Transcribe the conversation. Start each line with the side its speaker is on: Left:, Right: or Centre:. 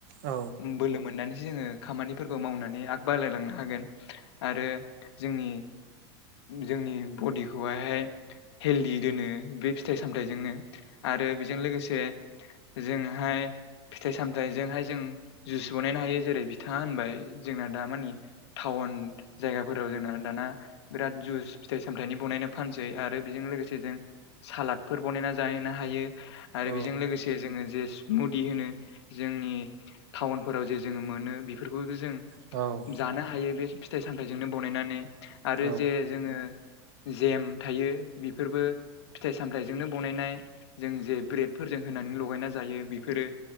Right: औ
Left: बोलो मोनो नानैसो जोंङो खामानिफोरखौ मावनानै आग बाराय लांनो हागोन आरो जोंनि जोंनि बडिखौहायहाय हेलदि दोनो बे फिथाइ सामथाइजोंनो आरो बेजों लोगोसे जोंहाय फिथाइ सामथायाइजोंहाय जों जुइस बानायनो हायो जेरै बिथाङा होनबाय जोंना दामानि टाउन जायगाफोराव जोंना दाना बिराद जुइस फिथाइ सामथायाइनि बनायना फानसै आरो बेजों लोगोसे जों सालादफोर बानायना जानो हायो। आरो
Right: औ
Left: बेजों लोगोसे जे जोंङो जे स्मुदि होनो जोंनि टाउनफोराव जे जोंङो मोनो बेफोरखौबो जों
Right: औ
Left: जानो हायो बे फिथाइ सामथाइजोंनो बनायनानै आरो
Right: औ
Left: जे जोंङो जेम थायो बेफोरबो फिथाइ सामथायाइजोंनो बनायनाय। जों जे ब्रेडफोरजों होनानै लगायना जायो बेफोरो